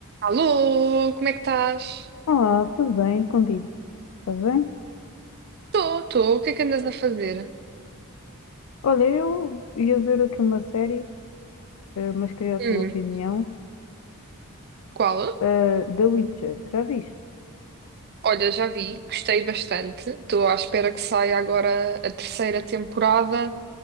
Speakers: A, on the right; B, on the left.
A: Alô, como é que estás?
B: Olá, tudo bem contigo? Estás bem?
A: Estou, estou. O que é que andas a fazer?
B: Olha, eu ia ver aqui uma série, eh, mas queria a tua
A: Hum,
B: opinião.
A: qual?
B: eh, The Witcher, já viste?
A: Olha, já vi, gostei bastante. Estou à espera que saia agora a terceira temporada,